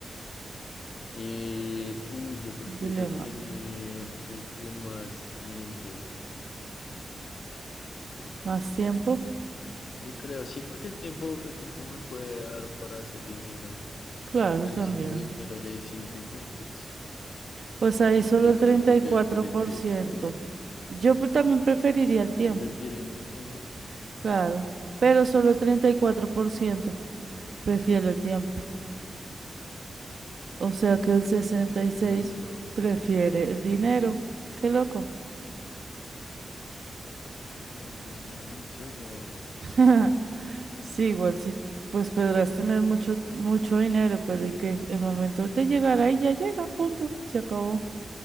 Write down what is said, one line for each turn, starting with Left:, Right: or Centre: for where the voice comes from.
Left: Eh, uy, yo prefiero
Right: Dilema.
Left: tener, creo que más tiempo.
Right: Más tiempo,
Left: Yo creo, sí, porque el tiempo, el tiempo me puede dar para hacer dinero.
Right: claro,
Left: En Cambio,
Right: también.
Left: si tengo dinero ya y sin tiempo, pues
Right: Pues ahí solo
Left: yo
Right: el
Left: creo,
Right: treinta
Left: ¿tú
Right: y
Left: qué,
Right: cuatro
Left: tú qué
Right: por
Left: crees?
Right: ciento
Left: ¿Cuál eliges?
Right: Yo pre- también preferiría el tiempo,
Left: prefiero el tiempo?
Right: claro, pero solo el 34% prefiere el tiempo. O sea que el 66%
Left: Mm, no,
Right: prefiere
Left: son
Right: el dinero. Qué loco.
Left: La gente sí es ambiciosa, hola.
Right: <laughs> Sí, igual sí, pues podrás tener mucho,
Left: No,
Right: mucho dinero, pero ¿y qué? El momento te llegará y ya llega, punto. Se acabó.